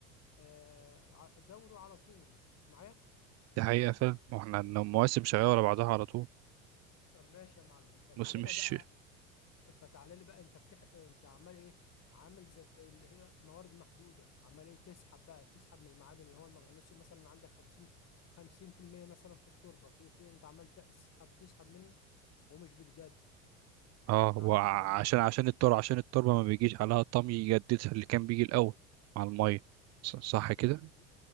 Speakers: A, on the left; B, on the right.
A: آه، ع- دوري على طول معايا
B: دي حقيقة فعلا ما احنا المواسم شغالة ورا بعضها على طول
A: طب ماشي يا معلم فتعالى
B: موسم مش
A: لي بقى فتعالى لي بقى انت بتح... انت عمال ايه عامل زي اللي هي موارد محدوده عمال ايه تسحب بقى تسحب من المعادن اللي هو المغنيسيوم مثلا عندك 50 50% مثلا في التربه في إيه؟ انت عمال تسحب تسحب منه ومش بتجد
B: اه
A: معنى
B: وعشان
A: كده إن-
B: عشان التربة عشان التربة ما بيجيش عليها طمي يجددها اللي كان بيجي الأول مع المية ص- صح
A: بز...
B: كده؟